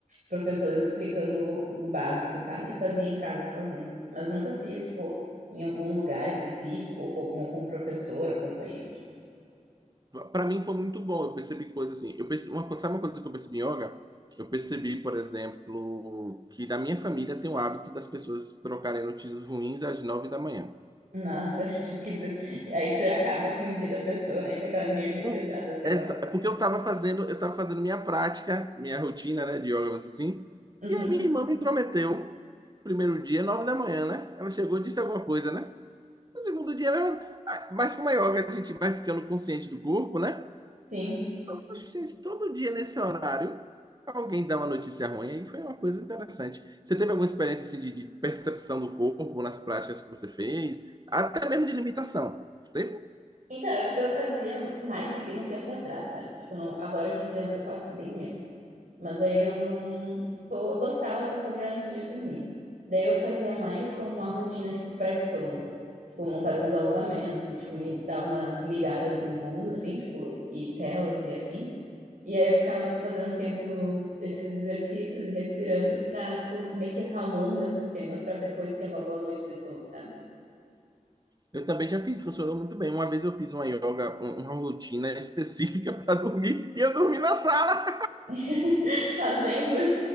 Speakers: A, on the right; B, on the right.
A: professores explicando o, o básico, sabe? E fazia em casa sozinha. Mas nunca fiz, tipo, em algum lugar específico, ou com algum, com professor, acompanhante.
B: Para mim foi muito bom. Eu percebi coisas assim. Eu percebi, uma, co- sabe uma coisa que eu percebi em yoga? Eu percebi, por exemplo, que na minha família tem o hábito das pessoas trocarem notícias ruins às nove da manhã.
A: Nossa, <laughs> tipo, que dizer. Aí tu já acaba com o dia da pessoa, né? E fica aquela energia
B: Por-
A: pesada, sei
B: essa-
A: lá.
B: é porque eu estava fazendo, eu tava fazendo minha prática, minha rotina, né, de yoga, assim.
A: Uhum,
B: E aí minha irmã me intrometeu. Primeiro dia, nove da manhã, né? Ela chegou, disse alguma coisa, né? No segundo dia, ela- ah, mas como é yoga, a gente vai ficando consciente do corpo, né?
A: sim.
B: Poxa, Gente, todo dia nesse horário, alguém dá uma notícia ruim, aí foi uma coisa interessante. Você teve alguma experiência assim de, de percepção do corpo nas práticas que você fez? Até mesmo de limitação. Teve?
A: Então, eu, eu fazia mais seguindo um tempo atrás, sabe? Tipo, não, agora hoje em dia eu faço bem menos. Mas aí eu não. Pô, eu gostava, eu fazia antes de dormir. Daí eu fazia mais como uma rotina, tipo, pré-sono. Tipo, um- fazer uns alongamentos e, tipo, me dar uma desligada do mundo, assim, tipo, e telas e afim. E aí eu ficava, tipo, fazendo um tempo esses exercícios e respirando pra, tipo, meio que acalmando meu sistema pra depois ter uma boa noite de sono, sabe?
B: Eu também já fiz, funcionou muito bem. Uma vez eu fiz uma yoga, um- uma rotina específica <laughs> para dormir, e eu dormi na sala.
A: <laughs> Fazendo.